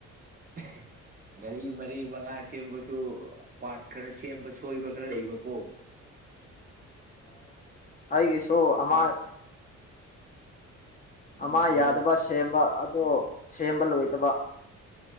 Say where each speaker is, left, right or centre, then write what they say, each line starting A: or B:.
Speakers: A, on the right (about 30°); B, on the left (about 30°).
A: <inaudible> ꯒꯔꯤ ꯃꯔꯤ ꯃꯉꯥ ꯁꯦꯝꯕꯁꯨ ꯄꯥꯔꯠ ꯈꯔ ꯁꯦꯝꯕ ꯁꯣꯏꯕ ꯈꯔ ꯂꯩꯕꯀꯣ
B: ꯑꯩꯒꯤꯁꯣ ꯑꯃ
A: ꯄꯥꯔꯠ
B: ꯑꯃ
A: ꯎꯝ ꯍꯥꯏꯕꯤꯌꯨ
B: ꯌꯥꯗꯕ ꯁꯦꯝꯕ ꯑꯗꯣ ꯁꯦꯝꯕ ꯂꯣꯏꯗꯕ